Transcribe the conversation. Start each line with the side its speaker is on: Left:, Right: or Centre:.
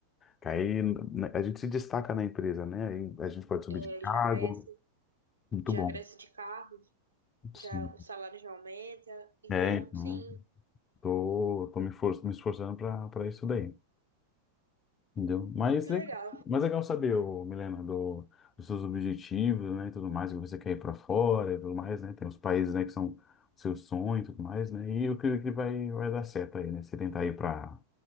Left: que Aí né, a gente se destaca na empresa, né? Aí a gente pode subir
Right: é,
Left: de cargo.
Right: já cresce,
Left: Muito
Right: já
Left: bom.
Right: cresce de carro,
Left: Sim.
Right: já o salário já aumenta. Então,
Left: É, então,
Right: sim,
Left: tô, tô me, for, me esforçando para para isso daí. Entendeu? Mas
Right: que
Left: legal,
Right: legal.
Left: mas legal saber, ô, Milena, do, dos seus objetivos, né? e Tudo mais, que você quer ir para fora e tudo mais, né? Tem os países, né, que são seu sonho e tudo mais, né? E o que, que vai, vai dar certo aí, né? Você tentar ir para